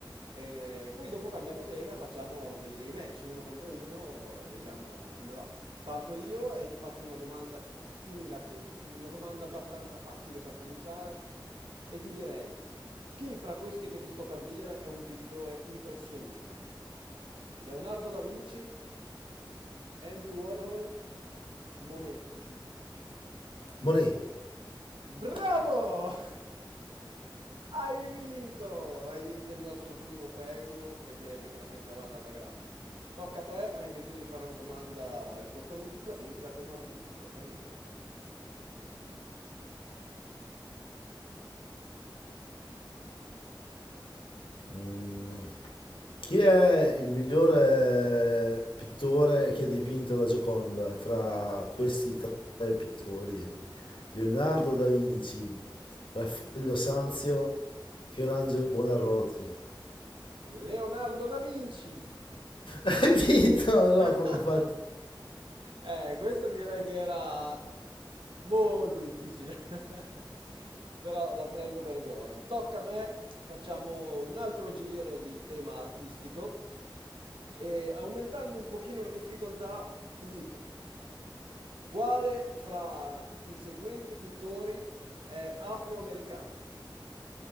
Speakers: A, on the right; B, on the left.
A: E poi dopo cambiamo tema e facciamo dei, dei match uno contro uno e vediamo come va. Parto io e ti faccio una domanda simile a que- una domanda abbastanza facile per cominciare e ti direi, chi fra questi che ti sto per dire è un pittore impressionista? Leonardo da Vinci, Andy Warhol, Monet.
B: Molegno.
A: Bravo! <laughs> Hai vinto! Hai vinto il nostro primo premio e direi che te la sei cavata alla grande. Tocca a te, anche se tu devi fare una domanda a risposta multipla, sempre a tema artistico, prego.
B: Mm, Chi è il migliore pittore che ha dipinto la Gioconda tra questi tre pittori? Leonardo da Vinci, Raffaello Sanzio, Michelangelo Buonarroti.
A: Leonardo da Vinci!
B: Hai vinto? No,
A: <laughs>
B: come hai fatto?
A: Eh, questa direi che era molto difficile, <laughs> però la prendo per buona. Tocca a me, facciamo un altro giro di tema artistico e aumentando un pochino la difficoltà, ti dico, quale fra i seguenti pittori è afroamericano?